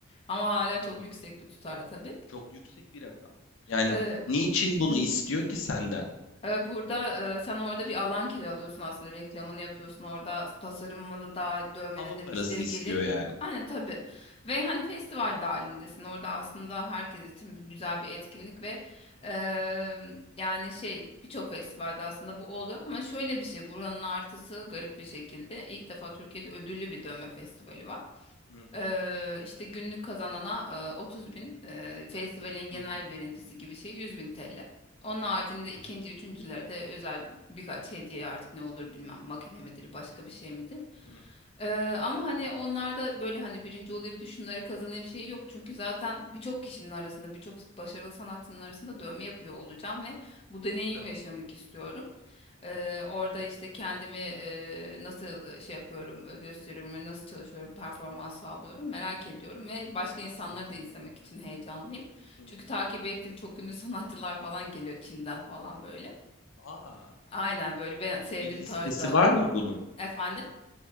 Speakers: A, on the left; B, on the left.
A: Ama hala çok
B: Hımm.
A: yüksek bir tutar tabii.
B: Çok yüksek bir rakam. Yani,
A: E,
B: niçin
A: <clears throat>
B: bunu istiyor ki senden?
A: Ee, Burada e, sen orada bir alan kiralıyorsun aslında reklamını yapıyorsun orada tasarımını da dövmeni
B: Hava parası
A: de müşteri
B: istiyor
A: gelir.
B: yani.
A: Aynen tabii ve hani festival de halindesin orada aslında herkes için bir- güzel bir etkinlik ve e, yani şey birçok festivalde aslında bu oluyor ama şöyle bir şey buranın artısı garip bir şekilde ilk defa Türkiye'de ödüllü bir dövme festivali var.
B: Hı hı.
A: Eee, işte günlük kazanana eee, 30 bin, eee, festivalin genel
B: Hı hı.
A: birincisi gibi şey 100 bin TL. Onun haricinde
B: Hı hı.
A: ikinci, üçüncülerde özel birkaç hediye artık ne olur bilmem makine midir başka bir şey midir.
B: Hı hı.
A: Eee, ama hani onlarda böyle hani birinci olayım da şunları kazanayım şey yok. Çünkü zaten birçok kişinin arasında birçok başarılı sanatçının arasında dövme yapıyor olacağım ve bu deneyim
B: Tabii.
A: yaşamak istiyorum. Eee, orada işte kendimi eee, nasıl şey yapıyorum, e, gösteriyorum ve nasıl çalışıyorum, performans sağlıyorum merak ediyorum ve başka insanları
B: Hı hı.
A: da izlemek için heyecanlıyım.
B: Hı hı.
A: Çünkü takip ettiğim çok ünlü <laughs> sanatçılar falan geliyor Çin'den falan böyle.
B: A!
A: Aynen böyle ben sevdiğim
B: Bir listesi
A: tarzda
B: var mı bunun?
A: efendim.